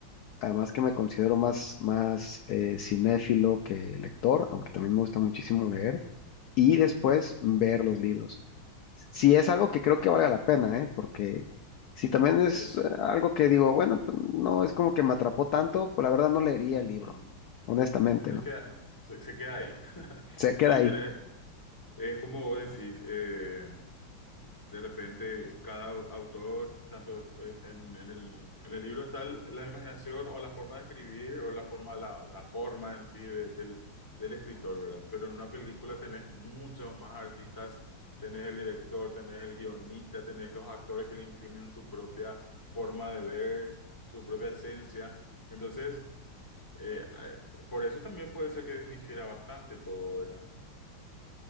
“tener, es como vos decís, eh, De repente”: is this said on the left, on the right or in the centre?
Left